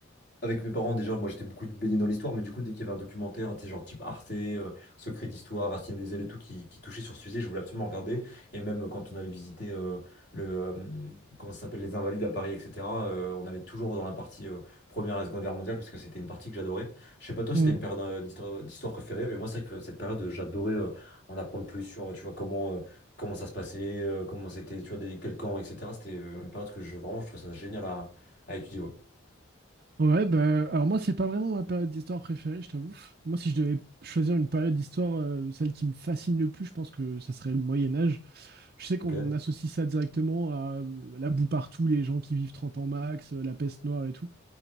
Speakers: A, on the left (about 55°); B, on the right (about 45°).
A: avec mes parents, déjà, moi j'étais beaucoup baigné dans l'histoire, mais du coup, dès qu'il y avait un documentaire, tu sais, genre type Arte, euh, Secret d'Histoire, Racine des ailes et tout, qui, qui touchait sur ce sujet, je voulais absolument regarder. Et même quand on allait visiter euh, le, euh, comment ça s'appelle, les Invalides à Paris, etc., euh, on allait toujours dans la partie euh, Première et Seconde Guerre mondiale, parce que c'était une partie que j'adorais. Je sais pas toi si
B: Mm.
A: t'as une période euh, d'histoire euh, d'histoire préférée, mais moi, c'est vrai que cette période, euh, j'adorais euh, en apprendre plus sur, euh, tu vois, comment, euh, comment ça se passait, euh, comment c'était, tu vois, des, quel camp, etc. C'était euh, une période que je, vraiment, je trouvais ça génial à, à étudier, ouais.
B: Ouais, bah, alors moi, c'est pas vraiment ma période d'histoire préférée, je t'avoue. Moi, si je devais choisir une période d'histoire, euh, celle qui me fascine le plus, je pense que ça serait le Moyen Âge. Je sais
A: Ok.
B: qu'on associe ça directement à euh, la boue partout, les gens qui vivent 30 ans max, euh, la peste noire et tout.